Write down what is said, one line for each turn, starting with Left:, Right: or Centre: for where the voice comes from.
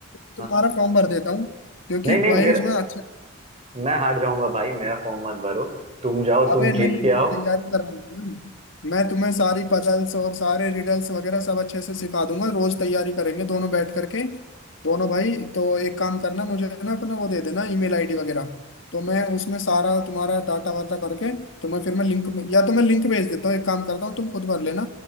Left: तुम्हारा
Right: हाँ
Left: फॉर्म भर देता हूँ क्योंकि
Right: नहीं नहीं
Left: भाई
Right: मेरा
Left: उसमें अच्छा
Right: मैं हार जाऊंगा भाई मेरा फॉर्म मत भरो तुम जाओ तुम
Left: अबे नहीं
Right: जीत के
Left: मैं
Right: आओ
Left: तैयारी कर रहा हूँ मैं तुम्हें सारी पजल्स और सारे रिडल्स वगैरह सब अच्छे से सिखा दूंगा रोज तैयारी करेंगे दोनों बैठ करके दोनों भाई तो एक काम करना मुझे ना अपना वो दे देना ईमेल आईडी वगैरह तो मैं उसमें सारा तुम्हारा डाटा वाटा भर के तुम्हें फिर मैं लिंक में या तो मैं लिंक भेज देता हूँ एक काम करता हूँ तुम खुद भर लेना